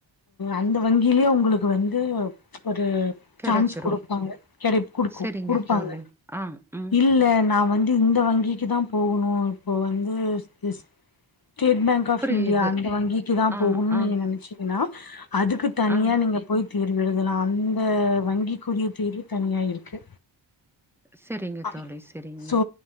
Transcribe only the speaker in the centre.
கிடைச்சிரும்.
சரிங்க
தோழி. ஆ, ம்.
புரியுது.
ஆ,
ஆ,
ஆ.
சரிங்க
தோழி. சரிங்க.